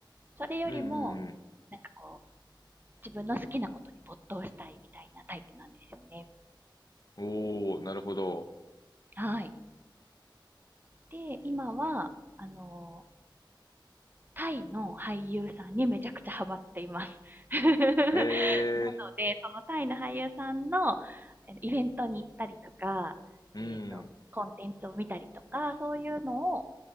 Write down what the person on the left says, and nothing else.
うんうん
おお、なるほど。
へえ、
うん。